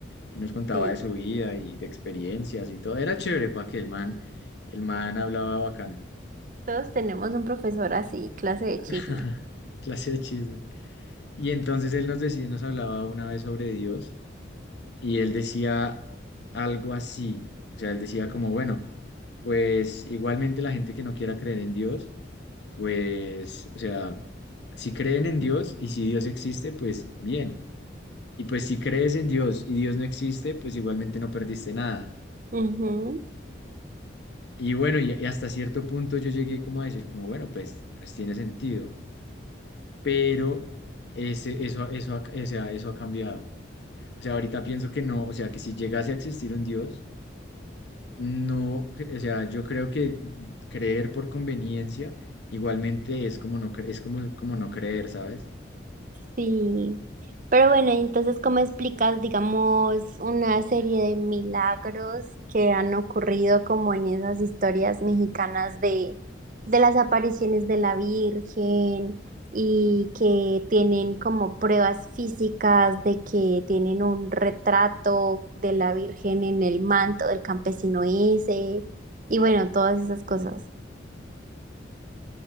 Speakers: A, on the left; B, on the right.
A: y nos contaba
B: sí,
A: de su vida y de experiencias y todo. Era chévere para que el man, el man hablaba bacano,
B: todos tenemos un profesor así, clase de chisme.
A: <laughs> clase de chisme. Y entonces él nos decía, nos hablaba una vez sobre Dios y él decía algo así, o sea, él decía como, bueno, pues igualmente la gente que no quiera creer en Dios, pues, o sea, si creen en Dios y si Dios existe, pues bien. Y pues si crees en Dios y Dios no existe, pues igualmente no perdiste nada.
B: Ujú.
A: Y bueno, y, y hasta cierto punto yo llegué como a decir, como, bueno, pues, pues tiene sentido, pero ese, eso, eso, ha- o sea, eso ha cambiado. O sea, ahorita pienso que no, o sea, que si llegase a existir un Dios, no, cre- o sea, yo creo que creer por conveniencia igualmente es como no, cre- es como, como no creer, ¿sabes?
B: Sí, pero bueno, y entonces, ¿cómo explicas, digamos, una serie de milagros que han ocurrido como en esas historias mexicanas de, de las apariciones de la Virgen y que tienen como pruebas físicas de que tienen un retrato de la Virgen en el manto del campesino ese y bueno, todas esas cosas?